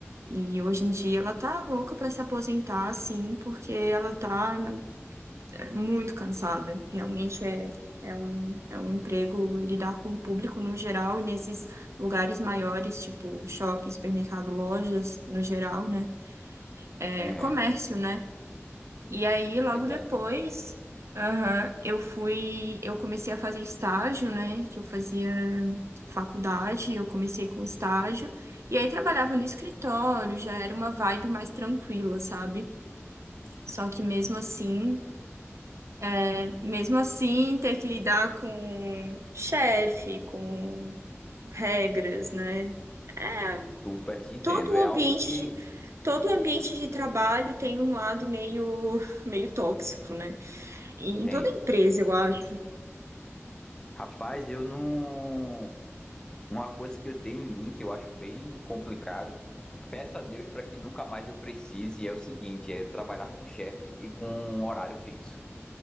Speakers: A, on the right (about 70°); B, on the left (about 15°).
A: E hoje em dia ela tá louca pra se aposentar, assim, porque ela tá na- é, muito cansada. Realmente é, é um, é um emprego lidar com o público no geral e nesses lugares maiores, tipo shopping, supermercado, lojas no geral, né? É
B: É.
A: comércio, né? E aí, logo
B: É, tá.
A: depois, aham, eu fui, eu comecei a fazer estágio, né? Que eu fazia faculdade, eu comecei com estágio, e aí trabalhava no escritório, já era uma vibe mais tranquila, sabe? Só que mesmo assim, é, mesmo assim, ter que lidar com chefe, com regras, né? É,
B: super te entendo.
A: todo o
B: É
A: ambiente
B: algo que
A: de, todo o ambiente de trabalho tem um lado meio, meio tóxico, né? Em
B: tem.
A: toda empresa, eu acho
B: Rapaz, eu não. Uma coisa que eu tenho em mim, que eu acho bem complicado, peço a Deus para que nunca mais eu precise, é o seguinte, é trabalhar com chefe e com um horário fixo.